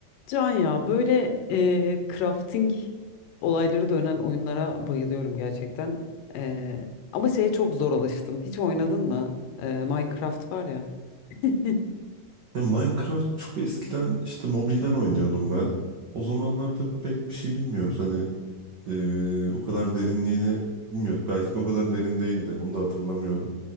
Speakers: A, on the left; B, on the right.
A: Can ya böyle eee, crafting olayları dönen oyunlara bayılıyorum gerçekten. Eee, ama şeye çok zor alıştım. Hiç oynadın mı? Eee, Minecraft var ya. <laughs>
B: Ya Minecraft çok eskiden işte mobilden oynuyordum ben. O zamanlar tabii pek bir şey bilmiyoruz. Hani eee, o kadar derinliğini bilmiyoruz. Belki de o kadar derin değildi. Onu da hatırlamıyorum.